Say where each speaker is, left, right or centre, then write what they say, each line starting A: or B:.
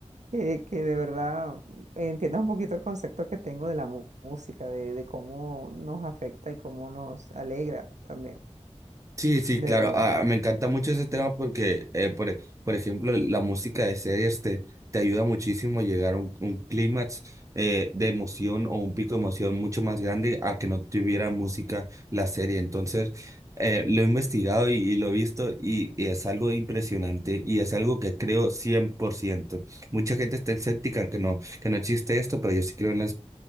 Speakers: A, on the right (about 80°); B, on the right (about 25°).
A: que, que de verdad mm, entiendas un poquito el concepto que tengo de la mu- música, de, de cómo nos afecta y cómo nos alegra también,
B: Sí, sí,
A: de
B: claro.
A: verdad.
B: Ah, me encanta mucho ese tema porque, eh, por, e- por ejemplo, la música de series te, te ayuda muchísimo a llegar a un, un clímax eh, de emoción o un pico de emoción mucho más grande a que no tuviera música la serie. Entonces, eh, lo he investigado y, y lo he visto y, y es algo impresionante y es algo que creo 100%. Mucha gente está escéptica que no, que no existe esto, pero yo sí creo en las,